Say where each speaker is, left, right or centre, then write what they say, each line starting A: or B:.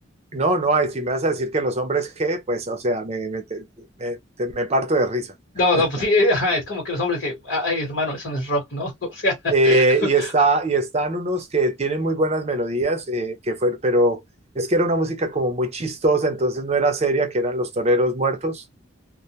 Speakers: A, on the right; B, on the left.
A: no, no hay. Si me vas a decir que los hombres G, pues, o sea, me, me, te- me te- me parto de risa. <laughs>
B: No, no, pues sí, eh, ajá, es como que los hombres que, "Ah, ay, hermano, eso no es rock, ¿no? <laughs> O sea,
A: Eh,
B: <laughs>
A: y está, y están unos que tienen muy buenas melodías, eh, que fue, pero es que era una música como muy chistosa, entonces no era seria, que eran Los Toreros Muertos.